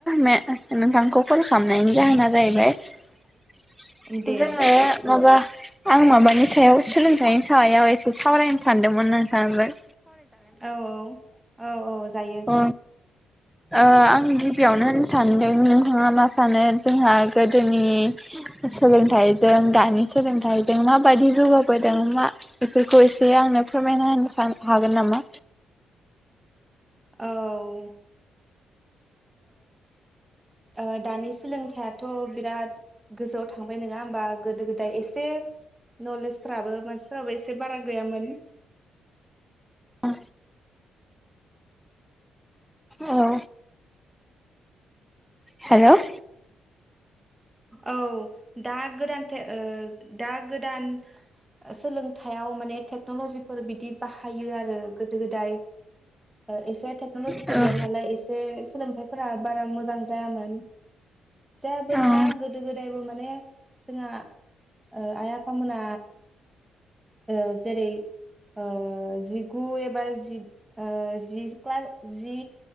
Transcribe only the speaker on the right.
दे
औ औ औ औ जायो
औ ओ ओ दानि सोलोंथाइथ बिराद गोजौआव थांबाय नङा होमबा गोदो गोदाय एस से नलेजफ्राबो मानसिफोराबो एसे बारा गैयामोन
औ दा गोदान थाय ओ दा गोदान सोलोंथायाइयाव माने टेक्नलजिफोर बिदि बाहायो आरो गोदो गोदाय ओ एसे टेकनलजि
गोयामोन नालाय एसे सोलों थायफोरा बारा मोजां जायामोन जे बो नङा
गोदो गोदायबो माने जोंहा ओ आइ आफामोना ओ जेरै ओ जिगु एबा जि ओ जि क्लास जि